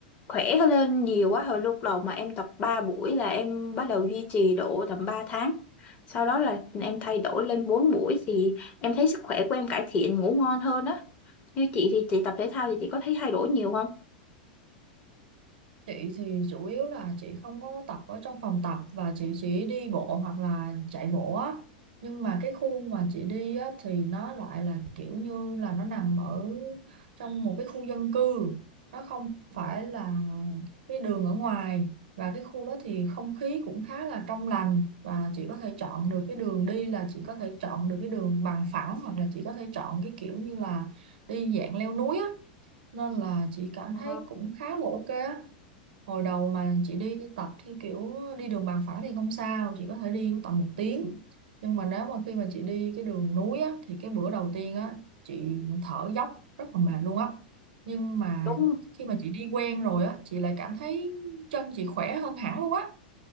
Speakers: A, on the left; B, on the right.
A: khỏe hơn lên nhiều quá hồi lúc đầu mà em tập 3 buổi là em bắt đầu duy trì độ tầm ba tháng sau đó là em thay đổi lên 4 buổi thì em thấy sức khỏe của em cải thiện ngủ ngon hơn á. như chị thì chị tập thể thao thì chị có thấy thay đổi nhiều không
B: Chị thì chủ yếu là chị không có tập ở trong phòng tập và chị chỉ đi bộ hoặc là chạy bộ á. Nhưng mà cái khu mà chị đi á thì nó lại là kiểu như là nó nằm ở trong một cái khu dân cư. Nó không phải là cái đường ở ngoài và cái khu đó thì không khí cũng khá là trong lành và chị có thể chọn được cái đường đi là chị có thể chọn được cái đường bằng phẳng hoặc là chị có thể chọn cái kiểu như là đi dạng leo núi á. Nên là chị cảm
A: Ờ,
B: thấy cũng khá là ok á hồi đầu mà chị đi tập theo kiểu đi đường bằng phẳng thì không sao chị có thể đi tầm một tiếng nhưng mà nếu mà khi mà chị đi cái đường núi á, thì cái bữa đầu tiên á chị thở dốc rất là mệt luôn á nhưng mà
A: đúng rồi.
B: khi mà chị đi quen rồi á chị lại cảm thấy chân chị khỏe hơn hẳn luôn á